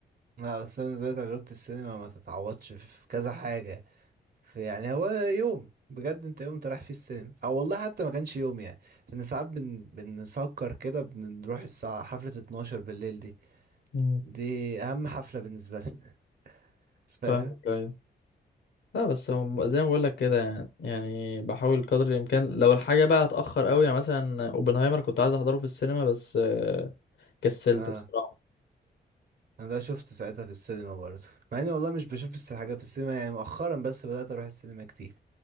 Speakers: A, on the right; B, on the left.
A: لا بس انا بالنسبه لي تجربه السينما ما تتعوضش في كذا حاجه يعني هو يوم بجد انت يوم انت رايح فيه السينما او والله حتى ما كانش يوم يعني لان ساعات بن... بنفكر كده بنروح الساعة حفلة 12 بالليل دي
B: مم.
A: دي اهم حفلة بالنسبة لنا <laughs> فاهم
B: فاهمك ايوه لا بس هو زي ما بقول لك كده يعني يعني بحاول قدر الامكان لو الحاجه بقى اتاخر قوي يعني مثلا اوبنهايمر كنت عايز احضره في السينما بس آه، كسلت
A: اه
B: بصراحه
A: انا ده شفت ساعتها في السينما برضه مع اني والله مش بشوف الس- حاجة في السينما يعني مؤخرا بس بدأت اروح السينما كتير